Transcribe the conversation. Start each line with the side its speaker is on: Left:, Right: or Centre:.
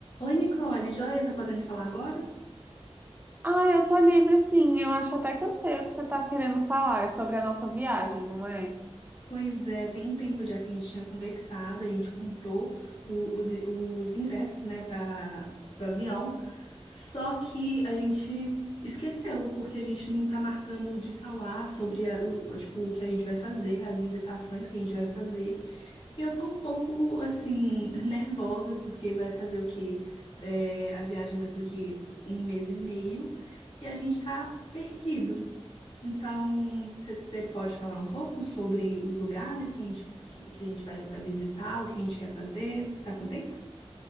Left: Oi, Nicole, joia, tá podendo falar agora?
Right: Ah, eu tô livre sim. Eu acho até que eu sei o que você tá querendo falar. É sobre a nossa viagem, não é?
Left: Pois é, tem um tempo já que a gente tinha conversado, a gente comprou o- os, os ingressos, né, para o avião, só que a gente esqueceu, porque a gente não tá marcando de falar sobre, a- o, o- tipo, o que a gente vai fazer, as visitações que a gente vai fazer, e eu tô um pouco, assim, <laughs> nervosa, porque vai fazer o quê? É, a viagem vai ser daqui um mês e meio, e a gente tá perdido. Então, você pode falar um pouco sobre os lugares que a gente, que, que a gente vai, vai visitar, o que a gente quer fazer? Você está com tempo?